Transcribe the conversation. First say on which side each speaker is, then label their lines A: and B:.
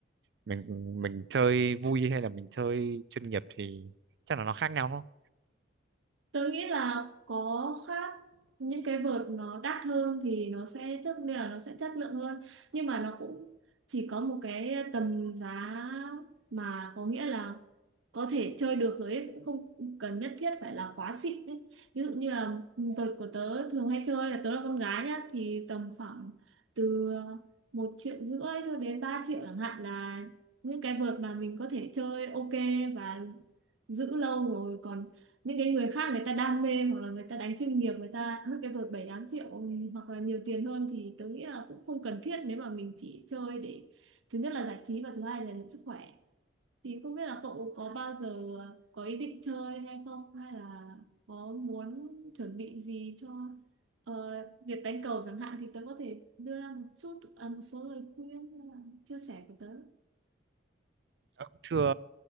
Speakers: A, on the right; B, on the right.
A: mình mình chơi vui hay là mình chơi chuyên nghiệp thì chắc là nó khác nhau đúng không
B: Tớ nghĩ là có khác những cái vợt nó đắt hơn thì nó sẽ tức nghĩa là nó sẽ chất lượng hơn nhưng mà nó cũng chỉ có một cái tầm giá mà có nghĩa là có thể chơi được rồi ấy, cũng không cần nhất thiết phải là quá xịn ấy. Ví dụ như là vợt của tớ thường hay chơi là tớ là con gái nhá thì tầm khoảng từ ờ, một triệu rưỡi cho đến 3 triệu chẳng hạn là những cái vợt mà mình có thể chơi ok và giữ lâu rồi còn những cái người khác người ta đam mê hoặc là người ta đánh chuyên nghiệp người ta mất cái vợt bảy tám triệu ừ, hoặc là nhiều tiền hơn thì tớ nghĩ là cũng không cần thiết nếu mà mình chỉ chơi để thứ nhất là giải trí và thứ hai là sức khỏe thì không biết là cậu có bao giờ có ý định chơi hay không hay là có muốn chuẩn bị gì cho ờ, việc đánh cầu chẳng hạn thì tớ có thể đưa ra một chút à, một số lời khuyên hay là chia sẻ của tớ.
A: Tớ cũng chưa